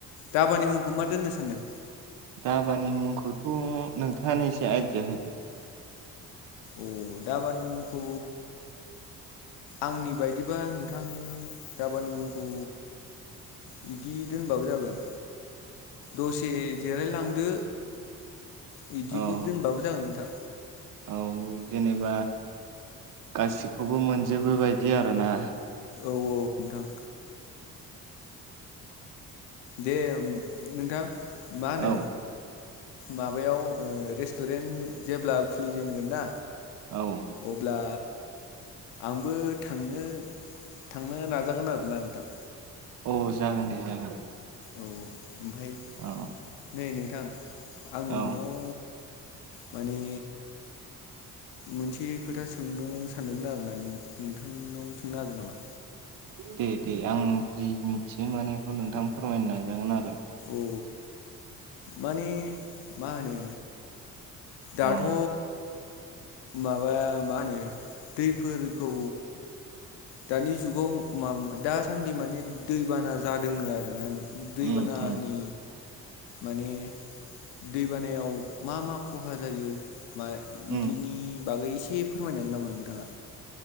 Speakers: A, on the left; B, on the right.
A: धाबानि मुंखौ मा दोननो सानदों?
B: धाबानि मुंखौथ' नोंथाङानो एसे आइदिया होदो।
A: अ धाबानि मुंखौ आंनि बायदिबा नोंथां धाबानि मुंखौ बिदि दोनबाबो जागोन। दसे जिरायलांदो बिदिबो
B: औ
A: दोनबाबो जागोन नोंथां।
B: औ जेनेबा गासिखौबो मोनजोबोबायदि आरोना।
A: औ औ नोंथां। दे नोंथां मा
B: औ
A: होनो माबायाव ओ रेस्टुरेन्ट जेब्ला खुलिजेनगोन ना
B: औ
A: अब्ला आंबो थांनो थांनो नाजागोन आरोना नोंथां।
B: औ जागोन दे जागोन।
A: औ ओमफाय
B: औ
A: नै नोंथां आं
B: औ
A: नोंनाव माने
B: <inaudible>
A: मोनसे खोथा सोंनो सानदोंमोन आरोना <unintelligible> नोंथांनाव सोंनो हागोन नामा?
B: दे दे आं जि मिथिनो मानो बेखौ नोंथां फोरमायनो नाजागोन आरो।
A: अ माने मा होनो
B: औ
A: दाथ' माबा मा होनो दैफोरखौ दानि जुगाव मा दासान्दि माने दैबाना जादोंनो आरोना दै
B: उम
A: बानानि
B: उम
A: माने दैबानायाव मा मा खहा जायो मा बिदिनि
B: उम
A: बागै एसे फोरमायनो हागोन नामा नोंथांङा?